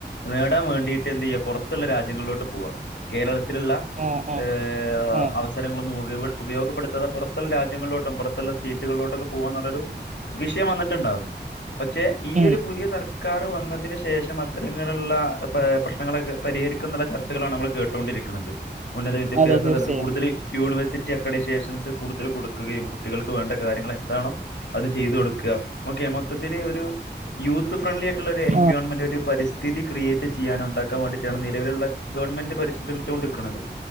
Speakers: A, on the left; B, on the right.
A: നേടാൻ വേണ്ടിട്ട് എന്ത് ചെയ്യാ പുറത്തുള്ള രാജ്യങ്ങളിലോട്ട് പോവാ കേരളത്തിലുള്ള
B: ആഹ് ആഹ്
A: ഏഹ്
B: ആഹ്
A: അവസരങ്ങളൊന്നും ഉപയ ഉപയോഗപ്പെടുത്താതെ പുറത്തുള്ള രാജ്യങ്ങളിലോട്ടും പുറത്തുള്ള സീറ്റുകളിലോട്ടൊക്കെ പോവന്നുള്ളൊരു വിഷയം വന്നിട്ടുണ്ടായിരുന്നു പക്ഷേ ഈ
B: ഉം
A: ഒരു പുതിയ സർക്കാർ വന്നതിന് ശേഷം അത്തരങ്ങളിൽ ഉള്ള പ്രശ്നങ്ങൾ- പരിഹരിക്കും എന്നുള്ള ചർച്ചകളാണ് നമ്മൾ കേട്ടുകൊണ്ടിരിക്കുന്നത് ഉന്നത വിദ്യാഭ്യാസ
B: അതെ തീർച്ചയായും
A: തലത്തിൽ കൂടുതൽ യുണിവേഴ്‌സിറ്റി ആക്രിട്ടികേശൻസ് കോടുക്കുകയും കുട്ടിക്കൾക്ക് വേണ്ട കാര്യങ്ങൾ എന്താണോ അത് ചെയ്ത് കൊടുക്കുക ഒക്കെ മൊത്തത്തില ഒരു യൂത്ത് ഫ്രണ്ട്ലി ആയിട്ടുള്ള ഒരു എൻവയോൺമെന്റ്
B: ആഹ്
A: ഒരു പരിസ്ഥി ക്രിയേ ചെയ്യാന ഉണ്ടാക്കാൻ വേണ്ടി റ്റിയാണ് നിലവിലുള്ള ഗവൺമെന്റ് പരിസ്രരമിച്ചൊണ്ട് ഇരിക്കുന്നത്